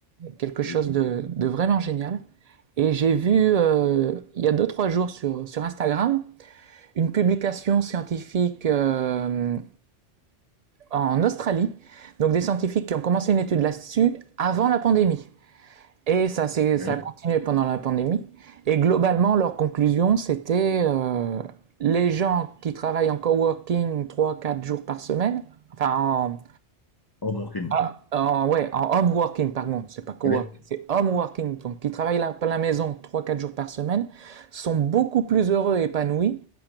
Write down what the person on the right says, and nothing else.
quelque chose
de, de vraiment génial. Et j'ai vu euh, il y a deux trois jours sur sur Instagram une publication scientifique euh, en Australie, donc des scientifiques qui ont commencé une étude là-dessus avant la pandémie. Et ça c'est
ça a continué pendant la pandémie. Et globalement leur conclusion c'était euh, les gens qui travaillent en coworking trois quatre jours par semaine, enfin en,
Ah, en, ouais, en home working, par contre, c'est pas coworking,
c'est home working, donc qui travaillent à la maison trois quatre jours par semaine, sont beaucoup plus heureux et épanouis